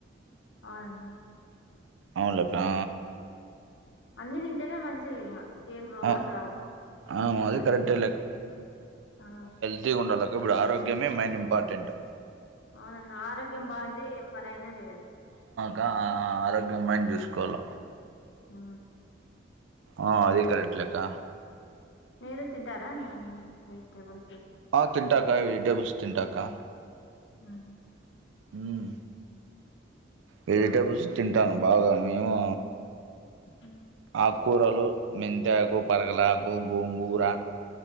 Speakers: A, on the left (about 70°); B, on the right (about 80°).
A: ఆ అన్న
B: అవునులే అక్క ఆ
A: అన్నీ తింటేనే మంచిది ఇంగా ఏం రోగాలు
B: ఆ!
A: రావు
B: ఆ! అది
A: అన్ని
B: కరెక్టే
A: తిన్ ఆ
B: హెల్తీ గుండాలక్క ఇబుడు ఆరోగ్యమే మెయిన్ ఇంపార్టెంట్
A: అవునన్న ఆరోగ్యం బాంటే ఏం పనైనా జెయ్యచ్చు
B: కా ఆరోగ్యం మైన్ జూసుకోల్ల
A: ఊ
B: ఆ అది కరెక్ట్లేక్క
A: మీరు తింటారా అన్నము వెజిటేబుల్స్
B: ఆ తింటాక వెజిటేబుల్స్ తింటాక
A: ఆ
B: ఉమ్ వెజిటబుల్స్ తింటాను బాగా మేము
A: హ్మ్.
B: ఆకూరలు మెంతాకు పరగలాకు గోంగూర